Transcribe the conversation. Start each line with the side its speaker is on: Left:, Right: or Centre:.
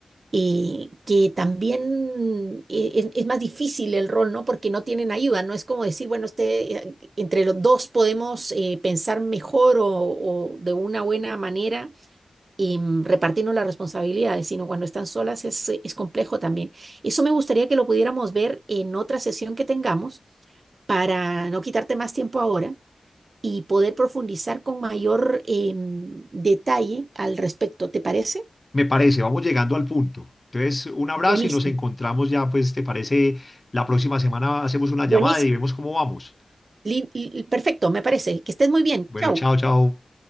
Right: eh, que también eh, es, es más difícil el rol, ¿no? Porque no tienen ayuda. No es como decir, bueno, este, eh, entre los dos podemos eh, pensar mejor o o de una buena manera y mm, repartirnos las responsabilidades, sino cuando están solas es, eh, es complejo también. Eso me gustaría que lo pudiéramos ver en otra sesión que tengamos para no quitarte más tiempo ahora y poder profundizar con mayor eh, detalle al respecto. ¿Te parece?
Left: Me parece, vamos llegando al punto. Entonces, un abrazo
Right: Buenísimo,
Left: y nos encontramos ya, pues, ¿te parece? La próxima semana hacemos una
Right: buenísimo.
Left: llamada y vemos cómo vamos.
Right: Li- li- perfecto, me parece. Que estés muy bien.
Left: Bueno,
Right: Chao.
Left: chao, chao.